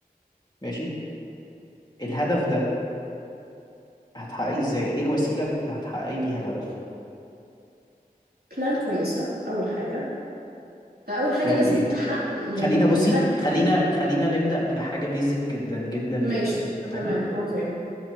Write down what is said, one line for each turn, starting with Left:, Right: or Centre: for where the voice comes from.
Left: ماشي الهدف ده هتحققيه ازاي ايه الوسيلة اللي هتحققي بيها الهدف
Right: بلان كويسة اول حاجة اول حاجة
Left: بلان
Right: لازم
Left: ايه
Right: تحقق يعني
Left: خلينا بصي
Right: للهدف
Left: خلينا خلينا نبدأ بحاجة بيزك جدا جدا جدا
Right: ماشي
Left: تمام
Right: تمام اوكي